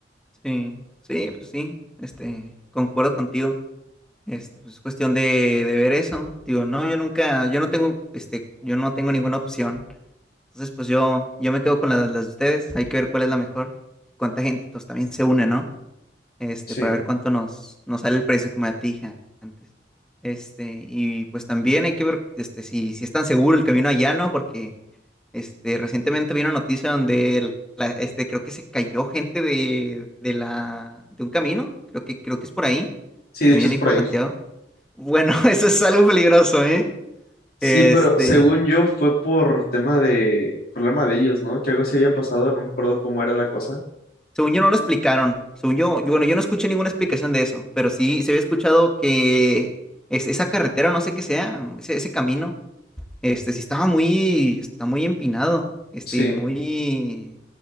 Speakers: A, in the centre; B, on the left (about 55°).
A: Sí, sí, pues sí. Este, concuerdo contigo. Este, pues es cuestión de, de ver eso. Digo, no, yo nunca, yo no tengo, este, yo no tengo ninguna opción. Entonces, pues yo, yo me quedo con las, las de ustedes. Hay que ver cuál es la mejor. Cuánta gente, pues también se une, ¿no? Este,
B: Sí,
A: para ver cuánto nos, nos sale el precio, como ya te dije antes. Este, y pues también hay que ver, este, si, si es tan seguro el camino allá, ¿no? Porque Este, recientemente vi una noticia donde el- la- este, creo que se cayó gente de, de la, de un camino, creo que, creo que es por ahí,
B: sí, de
A: también
B: hecho es
A: ahí
B: por
A: por
B: ahí.
A: Santiago. Bueno, <laughs> eso es algo peligroso, ¿eh?
B: Sí,
A: Este,
B: pero según yo fue por tema de problema de ellos, ¿no? Que algo se había pasado, no me acuerdo cómo era la cosa.
A: según yo no lo explicaron, según yo, yo- bueno, yo no escuché ninguna explicación de eso, pero sí se había escuchado que es, esa carretera, no sé qué sea, ese, ese camino Este, sí estaba muy, está muy empinado, este,
B: Sí,
A: muy,